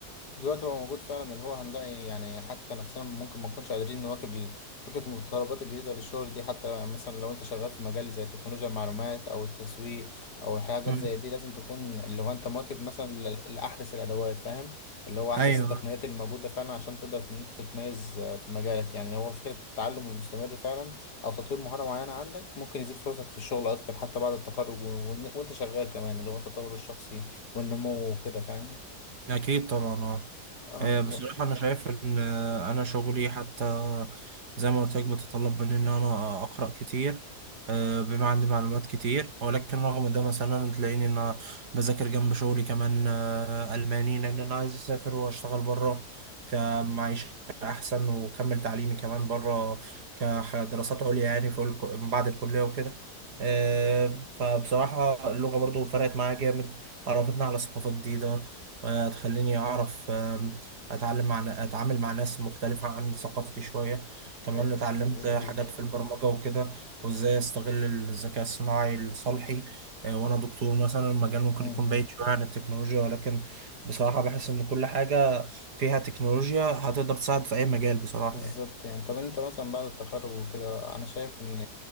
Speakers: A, on the left (about 80°); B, on the right (about 80°).
A: دلوقتي بقى موجود فعلا اللي هو هنلاقي يعني حتى نفسنا ممكن ما نكونش قادرين نواكب ال- فكرة المتطلبات الجديدة للشغل دي حتى لو- يعني مثلا لو انت شغال في مجال زي تكنولوجيا المعلومات او التسويق او حاجات
B: مم.
A: زي دي لازم تكون اللي هو انت مواكب مثلا ل- لأحدث الأدوات فاهم اللي هو أحدث
B: ايوه
A: التقنيات اللي موجودة فعلا عشان تقدر ان انت تتميز آه، في مجالك يعني هو فكرة التعلم المستمر فعلا او تطوير مهارة معينة عندك ممكن يزيد فرصك في الشغل اكتر حتى بعد التخرج و- وإن- وانت شغال كمان اللي هو التطور الشخصي والنمو وكده فاهم
B: اكيد طبعا اه
A: اه
B: آه، بصراحة أنا شايف إن آه، أنا شغلي حتى زي ما قلت لك بتطلب مني إن أنا أقرأ كتير آه، بما عندي معلومات كتير ولكن رغم ده مثلا تلاقيني إن أنا بذاكر جنب شغلي كمان آه، ألماني لأن أنا عايز أسافر وأشتغل بره كمعيشة أحسن وأكمل تعليمي كمان بره كدراسات عليا يعني في الك- بعد الكلية وكده آه، فبصراحة اللغة برضو فرقت معايا جامد عرفتني على ثقافة جديدة آه، تخليني أعرف اتعلم مع ن- اتعامل مع ناس مختلفة عن ثقافتي شوية كمان
A: أيوة
B: اتعلمت
A: بشكل
B: حاجات
A: كبير
B: في البرمجة وكده وازاي استغل الذكاء الصناعي لصالحي آه، وانا دكتور مثلا المجال ممكن
A: مم.
B: يكون بعيد شوية عن التكنولوجيا ولكن بصراحة بحس ان كل حاجة فيها تكنولوجيا هتقدر تساعد في اي مجال بصراحة
A: بالظبط
B: يعني
A: يعني طب انت مثلا بعد التخرج وكده انا شايف ان